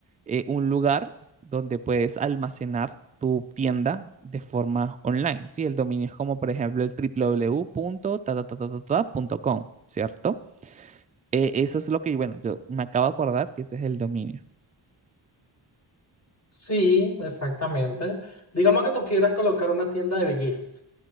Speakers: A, on the right (about 20°); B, on the left (about 35°).
A: eh, un lugar donde puedes almacenar tu tienda de forma online, ¿sí? El dominio es como, por ejemplo, el www.tatatatatata.com, ¿cierto? Eh, eso es lo que, bueno, yo me acabo de acordar que ese es el dominio.
B: Sí, exactamente. Digamos que tú quieras colocar una tienda de belleza